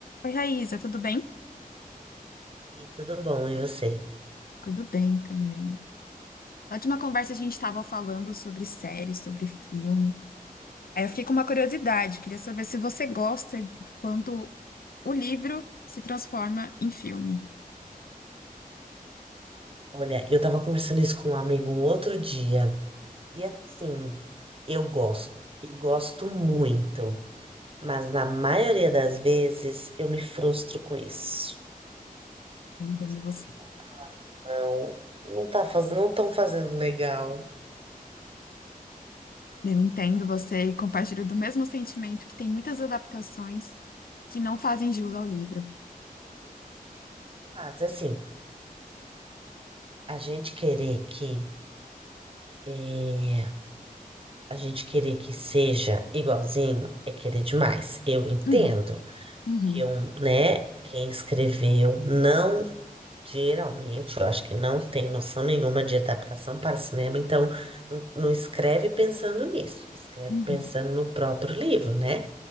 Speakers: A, on the left; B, on the right.
A: Oi, Raíza, tudo bem?
B: E tudo bom, e você?
A: Tudo bem também. Na última conversa a gente estava falando sobre séries, sobre filme. Aí eu fiquei com uma curiosidade, queria saber se você gosta quando o livro se transforma em filme.
B: Olha, eu tava conversando isso com um amigo um outro dia, e assim, eu gosto, e gosto muito, mas na maioria das vezes eu me frustro com isso.
A: Eu entendo
B: Eu
A: você.
B: Fico, não, não tá fazendo, não estão fazendo legal.
A: Eu entendo você e compartilho do mesmo sentimento que tem muitas adaptações que não fazem jus ao livro.
B: Mas assim, a gente querer que, eh, a gente querer que seja igualzinho é querer demais. Eu entendo
A: Uhum, uhum,
B: que um, né, quem escreveu não Geralmente, eu acho que não tem noção nenhuma de adaptação para cinema, então não, não escreve pensando nisso, escreve
A: uhum,
B: pensando no próprio livro, né?